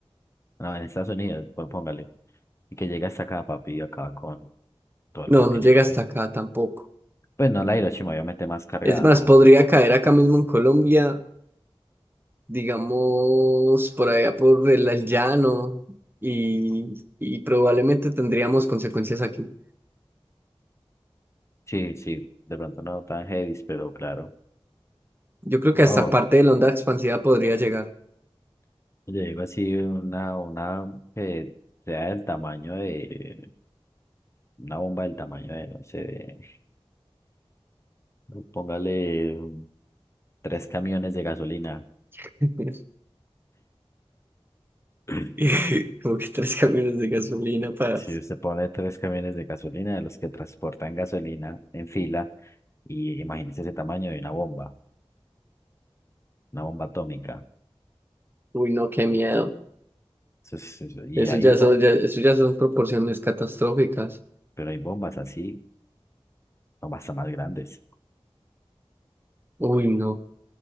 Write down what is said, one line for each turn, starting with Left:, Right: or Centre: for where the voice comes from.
Left: No, en Estados Unidos, pues póngale. Y que llega hasta acá, papi, acá con todo
Right: no,
Left: el continente.
Right: no llega hasta acá tampoco.
Left: Pues no, la Hiroshima obviamente más cargada,
Right: Es más,
Left: ¿no?
Right: podría caer acá mismo en Colombia, digamos, por allá por el, el llano y, y probablemente tendríamos consecuencias aquí.
Left: Sí, sí, de pronto no tan heavy, pero claro.
Right: Yo creo que
Left: No,
Right: hasta parte de la onda expansiva podría llegar.
Left: yo digo así, una, una que sea del tamaño de, una bomba del tamaño de, no sé, de- póngale um, tres camiones de gasolina.
Right: <laughs>
Left: <clears throat>
Right: <laughs> Como que tres camiones de gasolina para...
Left: Si usted pone tres camiones de gasolina, de los que transportan gasolina en fila, y imagínese ese tamaño de una bomba. una bomba atómica.
Right: Uy, no, qué miedo.
Left: Eso es- eso- Y
Right: Eso
Left: ahí,
Right: ya
Left: bo-
Right: son, ya- eso ya son proporciones catastróficas.
Left: pero hay bombas así, bombas hasta más grandes.
Right: Uy, no.